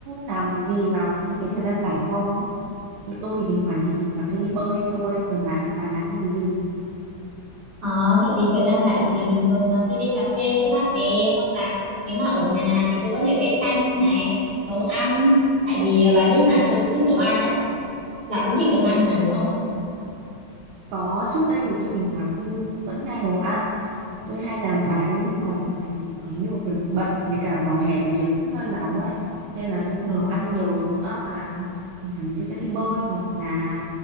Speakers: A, on the right; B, on the right.
A: làm cái gì vào những cái thời gian rảnh không thì tôi thì thỉnh thoảng thì thỉnh thoảng tôi đi bơi thôi còn bà thì bà làm những cái gì
B: ờ, tại vì thời gian rảnh thì bình thường ờ, tôi đi cà phê với bạn bè hoặc là nếu mà ở nhà thì tôi có thể vẽ tranh này, nấu ăn. Tại vì ờ, bà biết mà tôi cũng thích nấu ăn đấy. Bà cũng thích nấu ăn mà đúng không?
A: có trước đây thì tôi thỉnh thoảng tôi vẫn hay nấu ăn Tôi hay làm bánh nhưng mà dạo này thì có nhiều việc bận với cả vào hè thì trời cũng hơi nóng ấy nên là tôi không
B: Ờ,
A: nấu ăn nhiều nữa mà thỉnh thoảng tôi sẽ đi bơi hoặc là